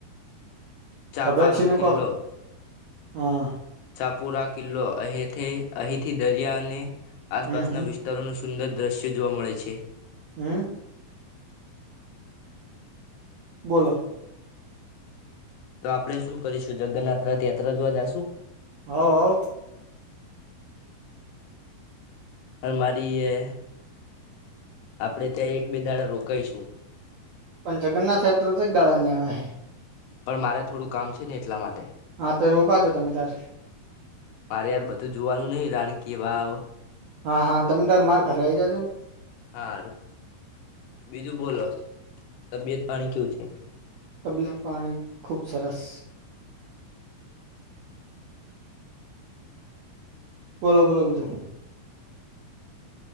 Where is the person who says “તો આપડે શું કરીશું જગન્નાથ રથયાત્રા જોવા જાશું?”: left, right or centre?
Left